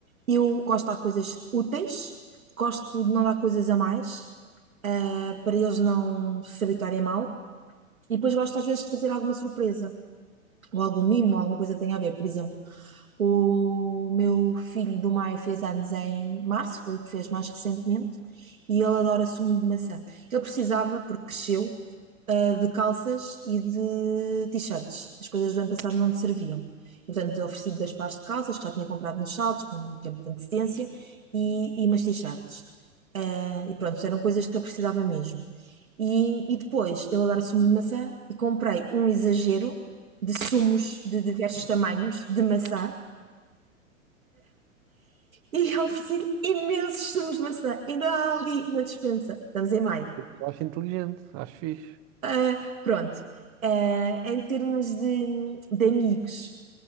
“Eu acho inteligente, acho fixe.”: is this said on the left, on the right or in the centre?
Right